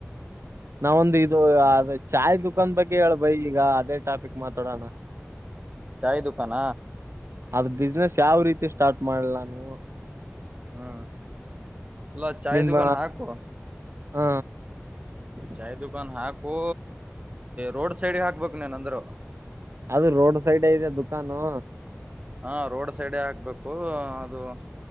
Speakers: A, on the right; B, on the right.
A: ನಾವೊಂದ ಇದು ಅ ಚಾಯ್ ದುಖಾನ್ ಬಗ್ಗೆ ಹೇಳಳ್ಬೈ ಈಗ ಅದೇ ಟಾಪಿಕ್ ಮಾತಾಡೋಣ
B: ಚಾಯ ದುಕಾನ
A: ಅದ್ ಬಿಸ್ನೆಸ್ ಯಾವ ರೀತಿ ಸ್ಟಾರ್ಟ್ ಮಾಡಿಲ್ಲ ನಾನು
B: ಹ್ಮ ಎಲ್ಲ ಚಾಯ್
A: ನಿಮ್ಮ
B: ಕಾನ್ ಹಾಕು
A: ಹ
B: ಚಾಯ್ ದುಖಾನ್ ಹಾಕು ರೋಡ್ ಸೈಡ್ಗೆ ಹಾಕ್ಬೇಕು ನೇನ ಅಂದ್ರ
A: ಅದು ರೋಡ್ ಸೈಡ್ ಇದೆ ದುಖಾಾನು
B: ಹಾ ರೋಡ್ ಸೈಡೆ ಆಗ್ಬೇಕು ಅದು